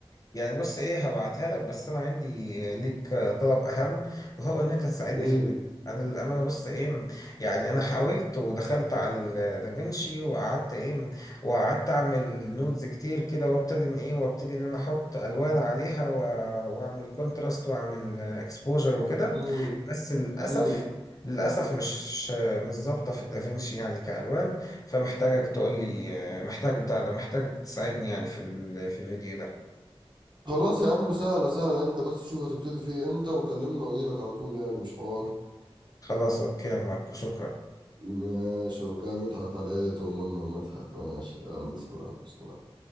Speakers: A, on the left; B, on the right.
A: يعني بص ايه هبعتها لك بس انا عندي ليك طلب اهم وهو ان انت تساعدني
B: امم
A: في الفيديو انا للامانه بص ايه يعني انا حاولت ودخلت على دافينشي وقعدت ايه وقعدت اعمل نودز كتير كده وابتدي ان ايه وابتدي ان انا احط الوان عليها و- واعمل كونتراست واعمل اكسبوجر وكده
B: امم
A: بس للاسف
B: امم
A: للأسف مش مش ظابطة في الدافينشي يعني كألوان فمحتاجك تقول لي محتاج بتاع ده محتاجك تساعدني يعني في ال- في الفيديو ده
B: خلاص يا عم سهلة سهلة انت بس شوف هتبتدي فيه امتى وكلمني واجيلك على طول يعني مش حوار
A: خلاص أوكي يا ماركو شكرا
B: ماشي وكامتها عليه طمنا ومدحت ماشي يلا سلام سلام